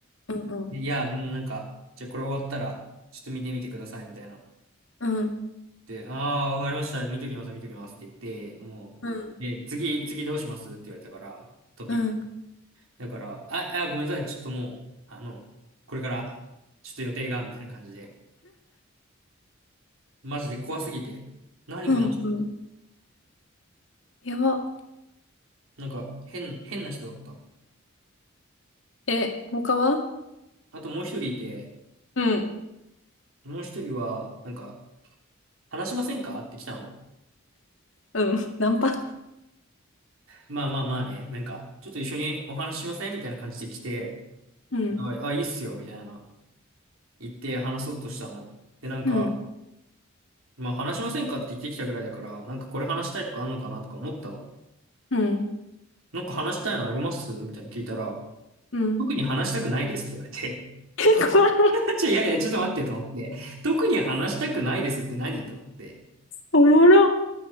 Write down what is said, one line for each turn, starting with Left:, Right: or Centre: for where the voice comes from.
Left: うん、
Right: でいや、うん、なんか、じゃあこれ終わったら、ちょっと見てみてください、みたいな。
Left: うん、うん、
Right: で、ああ、わかりました。見ときます、見ときますって言って、もう、
Left: うん、
Right: で、次、次どうしますって言われたから、トピック。
Left: うん、
Right: だから、あ、あ、ごめんなさい。ちょっともう、あの、これから、ちょっと予定が、みたいな感じで。マジで怖すぎて。何この人。
Left: うん。うんやば。
Right: なんか、変、変な人だった。
Left: え、他は
Right: あともう一人いて、
Left: うん、
Right: もう一人は、なんか、話しませんかって来たの。
Left: うん。ナンパ
Right: まあまあまあね、なんか、ちょっと一緒にお話ししませんみたいな感じで来て、
Left: うん、
Right: あ、あいいっすよ、みたいな。言って話そうとしたの。で、なんか、
Left: うん、
Right: まあ話しませんかって言ってきたぐらいだから、なんかこれ話したいとかあんのかなとか思ったの。
Left: うん、
Right: なんか話したいのありますみたいに聞いたら、
Left: うん、
Right: 特に話したくないですって言われて、
Left: え、怖い。
Right: <laughs> ちょ、いやいや、ちょっと待ってと思って、特に話したくないですって何と思って。
Left: おもろ。